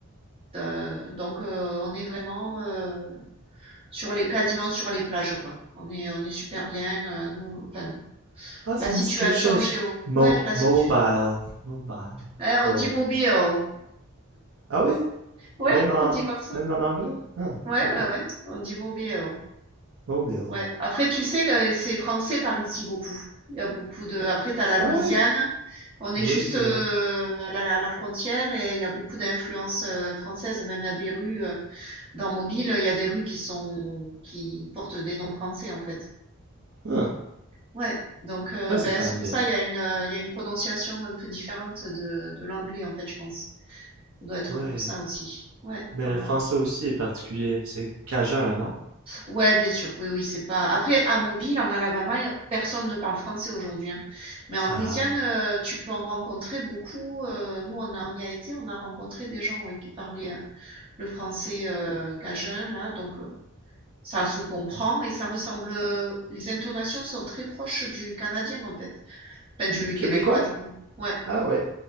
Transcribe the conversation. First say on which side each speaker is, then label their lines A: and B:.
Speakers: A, on the right (about 25°); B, on the right (about 65°).
A: Heu, donc, heu, on est vraiment, heu, sur les quasiment sur les plages, quoi. On est on est super bien, heu, nous enfin,
B: ah, ça
A: la situation
B: me dit quelque chose.
A: géo
B: Mo-
A: ouais, la
B: mobile,
A: situ
B: mobile,
A: eh,
B: Florida.
A: on dit Mobile.
B: Ah oui?
A: Ouais,
B: Même en,
A: on dit comme ça.
B: même en anglais? Ah,
A: Ouais,
B: ok.
A: ouais, ouais, on dit Mobile.
B: Mobile.
A: Ouais. Après, tu sais, euh, c'est français par ici beaucoup. Il y a beaucoup de. Après, t'as la
B: Ah
A: Louisiane.
B: oui?
A: On est
B: Oui,
A: juste
B: c'est
A: euh,
B: vrai.
A: à la, à la frontière et il y a beaucoup d'influences euh, françaises. Même il y a des rues euh, dans Mobile, il y a des rues qui sont qui portent des noms français en fait.
B: Ah,
A: Ouais. Donc euh,
B: ouais, c'est
A: ben,
B: quand
A: c'est
B: même
A: pour
B: bien.
A: ça il y a une euh, il y a une prononciation un peu différente de de l'anglais en fait, je pense. Ça doit être
B: Oui.
A: pour ça aussi. Ouais.
B: Mais
A: Voilà.
B: le français aussi est particulier. C'est cajun, non?
A: Ouais, bien sûr. Oui, oui, c'est pas. Après, à Mobile, en Alabama, y a- personne ne parle français aujourd'hui. hein. Mais en
B: Ah.
A: Louisiane, euh, tu peux en rencontrer beaucoup. euh, nous, on a, on y a été, on a rencontré des gens, ouais, qui parlaient euh, le français euh, cajun, là. Donc, euh, ça se comprend et ça ressemble. euh, les intonations sont très proches du canadien, en fait. Enfin, du
B: Québécois?
A: québécois, du coup. Ouais,
B: Ah oui.